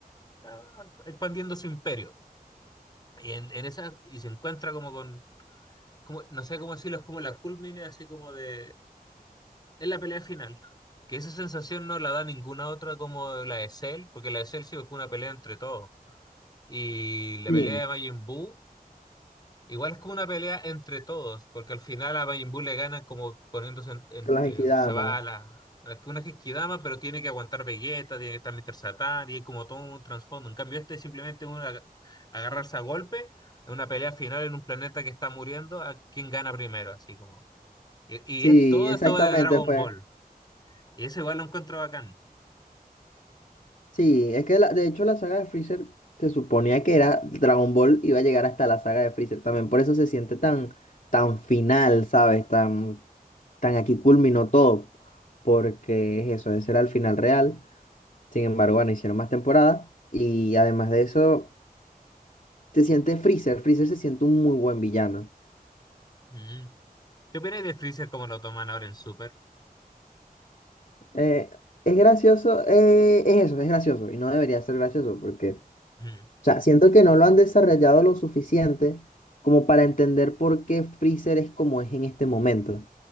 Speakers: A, on the left; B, on the left.
A: ah, expandiendo su imperio. Y en, en esa, y se encuentra como con, como, no sé cómo decirlo, es como la culmine así como de es la pelea final. Que esa sensación no la da ninguna otra como la de Cell, porque la de Cell sí fue una pelea entre todos. Y la
B: Sí,
A: pelea de Majin Buu, igual es como una pelea entre todos, porque al final a Majin Buu le ganan como poniéndose, en- en-
B: con las
A: eh,
B: Equidama.
A: se va a la, a la- una Genkidama, pero tiene que aguantar Vegeta, tiene que estar Mr. Satan, y hay como todo un trasfondo. En cambio, este es simplemente una, agarrarse a golpe, en una pelea final en un planeta que está muriendo, a quién gana primero, así como. Y,
B: Sí,
A: y es todo
B: exactamente
A: esto de Dragon
B: fue.
A: Ball. Y eso igual lo encuentro bacán.
B: Sí, es que la- de hecho la saga de Freezer se suponía que era Dragon Ball iba a llegar hasta la saga de Freezer también. Por eso se siente tan, tan final, ¿sabes? Tan, tan aquí culminó todo. Porque es eso, ese era el final real. Sin embargo, bueno, hicieron más temporadas. Y además de eso, se siente Freezer. Freezer se siente un muy buen villano.
A: Mm. ¿Qué opináis de Freezer como lo toman ahora en Super?
B: Eh, es gracioso, eh, es eso, es gracioso y no debería ser gracioso porque, o
A: Mm.
B: sea, siento que no lo han desarrollado lo suficiente como para entender por qué Freezer es como es en este momento,